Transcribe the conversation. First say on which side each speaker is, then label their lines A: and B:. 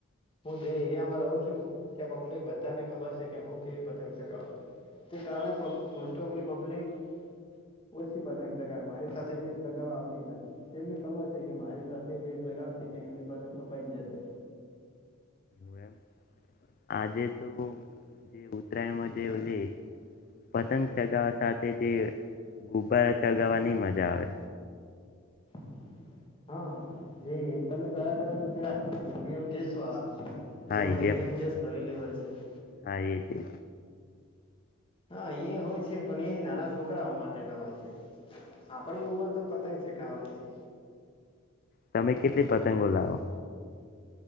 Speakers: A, on the left (about 25°); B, on the left (about 40°).
A: હું જે એરિયામાં રહું છું. ત્યાં પબ્લિક બધાને ખબર છે. તે કે હું કેવી પતંગ ચગાવું તે જાણે મોસ્ટ ઓફ થે પબ્લિક ઓછી પતંગ ચાગાવે મારી સાથે પેચ લગાવવા આવતી જ નથી તેમને ખબર છે કે મારી સાથે પેચ લગાવશે એટલે એમની પતંગ કપાઈ જશે.
B: હ એમ આજે તો જે ઉત્તરાયણમાં જે તે પતંગ ચગાવવા સાથે જે ગુબ્બારા ચગાવવાની મજા આવે.
A: <unintelligible> હા જે તમે કયા તા પેલા હીલિંયમ ગેસ વાળા
B: હા
A: જેમાં
B: એલિયમ
A: હિલિયમ ગેસ ભરેલી હોય છે. <inaudible>
B: હા એ જ એ.
A: હા એ હોય છે પણ એ નાના છોકરાઓ માટેના હોય છે. આપણી ઉંમર તો પતંગ. ત ચગવાની છે.
B: તમે કેટલી પતંગો લાવો?